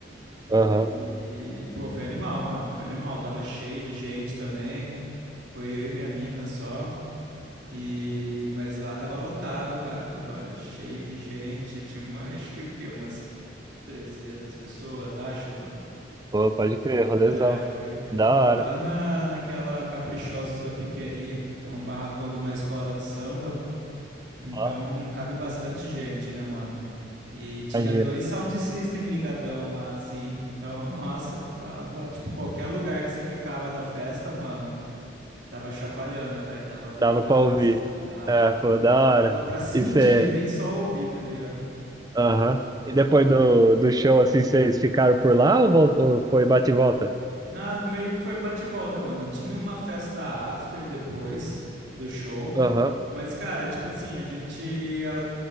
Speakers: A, on the right (about 70°); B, on the right (about 20°).
A: E,
B: Aham.
A: pô, foi animal, mano. Foi animal. Tava cheio de gente também. Foi eu e minha mina só. E, mas lá tava lotado, cara. Tava cheio de gente. Tinha uma, acho que o quê? Umas 300 pessoas, acho, mano.
B: Pô, pode crer, rolezão.
A: É, foi,
B: Da hora.
A: foi lá na, naquela Caprichosos da Piqueri, que é um barracão de uma escola de samba. Então
B: Ó,
A: cabe bastante gente, né, mano? E tinha
B: imagina.
A: dois sound system ligadão lá, assim. Então, nossa, tava, tipo, qualquer lugar que você ficava da festa, mano, tava chacoalhando, velho, tava vibrando,
B: Dava pra ouvir.
A: assim, ó. Dava,
B: É, pô,
A: mano.
B: da
A: da-
B: hora.
A: Dava pra sentir,
B: E você.
A: nem só ouvir, tá ligado?
B: Aham. E depois do, do show, assim, vocês ficaram por lá ou, vol- ou foi bate e volta?
A: Ah, meio que foi bate e volta, mano. Tinha uma festa after depois do show,
B: Aham,
A: mas, cara, tipo assim, a gente, ela,